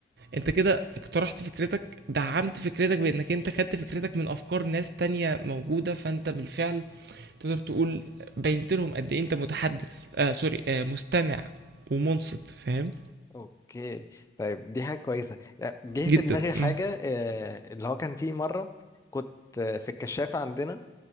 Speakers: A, on the right; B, on the left.
A: أنت كده اقترحت فكرتك دعمت فكرتك بأنك أنت خدت فكرتك من أفكار ناس تانية موجودة فأنت بالفعل تقدر تقول بينت لهم قد إيه أنت متحدث آه سوري آه مستمع ومنصت فاهم
B: اوكي طيب دي حاجة كويسة يعني جه
A: جدا
B: في دماغي حاجة
A: مم.
B: آه، اللي هو كان فيه مرة كنت آه، في الكشافة عندنا